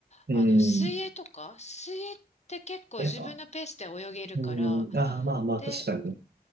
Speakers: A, on the right (about 85°); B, on the left (about 45°).
A: うん。
B: あの、水泳とか、水泳って結構自分のペースで泳げるから、
A: やっぱ、うん。ああ、まあまあ、
B: で、
A: 確かに。